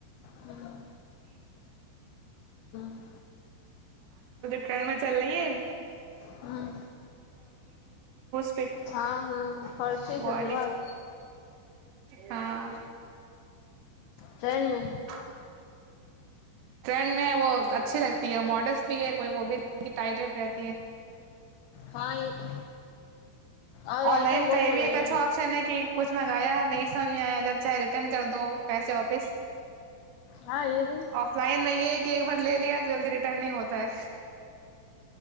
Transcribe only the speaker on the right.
ٹرن میں چل رہی ہے
<inaudible> <unintelligible>
وہ
والی
ہاں <inaudible>
ٹرینڈ میں ہے وہ اچھی لگتی ہے ماڈرن <unintelligible> کی ٹائریٹ رہتی ہے
آن لائن
کا یہ
بھی ایک
اچھا آپشن ہے کہ کچھ منگایا نہیں سمج میں آیا چاہے ین کر دو پیسے واپس
آف لائن نہیں ہے ایکک بن لے لیا تھا جلدی ریٹرن نہیں ہوتا ہے